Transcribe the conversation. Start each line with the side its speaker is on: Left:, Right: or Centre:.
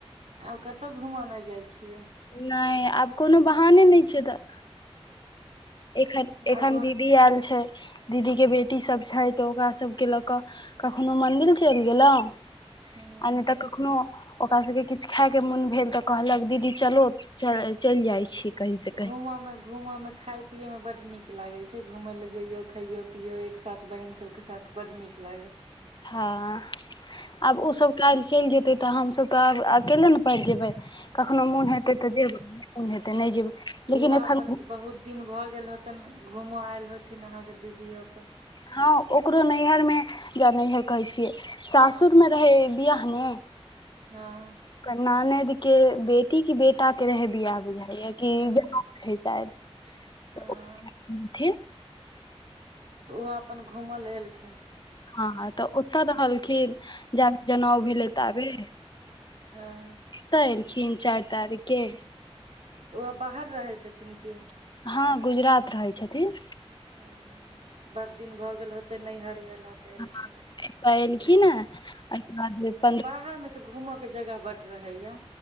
Right: और कतऽ घूमऽ ले जाइ छियै?
Left: नै आब कोनो बहाने नै छै तऽ। एखन एखन
Right: आब
Left: दीदी आयल छै। दीदी के बेटी सब छै तऽ ओकरा सबके लऽ कऽ कखनो मंदिर चलि गेलौं आ
Right: घर
Left: नै तऽ कखनो ओकरा सबके किछ खाइके मोन भेल तऽ कहलक दीदी चलो तऽ चइल जाइ छी। कहीं से कहीं
Right: घूमऽ में घूमऽ में खाय पियै में बड नीक लागै छै, घुमऽ लै जइयौ खैयौ पियौ एक साथ, बहिन सभके साथ, बड नीक लागत।
Left: हाँ, आब उ सब कैल चइल जे तै तऽ हमसभ तऽ आब अकेले न पैड़ जेबै, कखनो मोन हेतै तऽ जेबै मोन हेतै त नै जेबै। लेकिन
Right: ओहो
Left: एखन
Right: अपन बहुत दिन भऽ गेल हेतैन घूमऽ आयल हेथिन अहाँके दीदी अखैन।
Left: हँ ओकरो नैहर में जा नैहर कहै छियै सासुर में रहै बियाह ने।
Right: हं।
Left: ओकर ननैद के बेटी की बेटा के रहै बियाह बुझाय। ह ये कि
Right: हँ
Left: जमै रहै शैद तऽ
Right: हँ
Left: ओ फिर
Right: त ओ अपन घूमऽ लै एलखिन।
Left: हं- हं तऽ ओतऽ रहलखिन, जाबे जनउ भेलय ताबे।
Right: हं अ।
Left: अत एलखिन चारि तारीख के।
Right: ओ आब बाहर रहै छथिन की।
Left: हँ गुजरात रहै छथिन।
Right: हँ बड दिन भऽ गेल होतै नैहर एला। तऽ एलखिन
Left: हँ,
Right: अपन
Left: एतऽ एलखिन हे एहिके बाद
Right: हं
Left: पन्द्रह
Right: बाहर में ओतऽ घूमऽ के जगह बड रहैया।